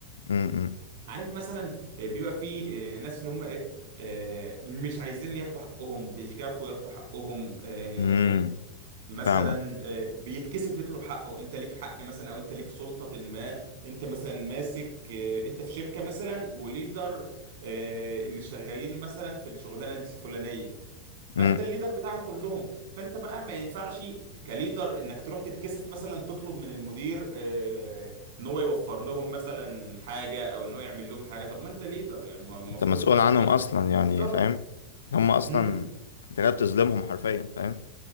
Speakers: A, on the left; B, on the right.
A: امم
B: عارف مثلا آه، بيبقى في آه، ناس اللي هم ايه آه، مش عايزين ياخدوا حقهم بيخافوا ياخدوا حقهم آه،
A: امم
B: مثلا
A: فاهمك
B: آه، بيتكسف يطلب حقه انت ليك حق مثلا او انت ليك سلطة ما انت مثلا ماسك آه، انت في شركة مثلا وليدر آه، اللي شغالين مثلا في الشغلانة دي الفلانية فانت
A: امم
B: الليدر بتاعهم كلهم فانت بقى ما ينفعش كليدر انك تروح تتكسف مثلا تطلب من المدير آه، ان هو يوفر لهم مثلا حاجة او ان هو يعمل لهم حاجة طب ما انت ليدر يعني ما- المفروض
A: انت مسؤول
B: وظيفتك
A: عنهم اصلا يعني
B: بالظبط
A: فاهم هم اصلا
B: امم
A: انت جاي بتظلمهم حرفيا فاهم